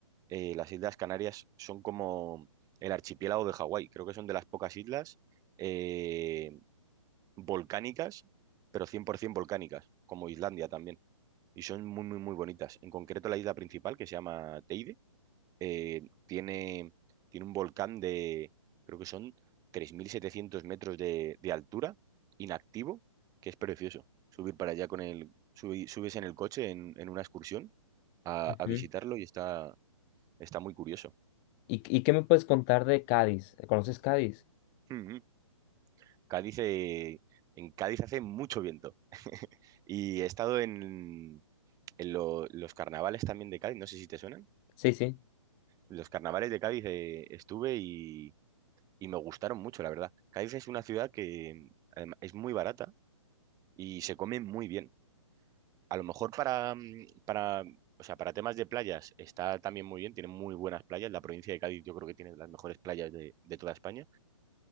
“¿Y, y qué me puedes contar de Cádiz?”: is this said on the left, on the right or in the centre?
Left